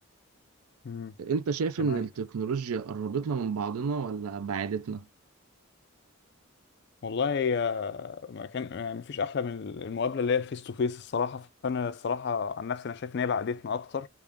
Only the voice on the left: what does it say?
امم
تمام
والله يا- ما كان يعني مفيش احلى من المقابله اللي هي فيس تو فيس الصراحه فانا الصراحه عن نفسي انا شايف ان هي بعدتنا اكتر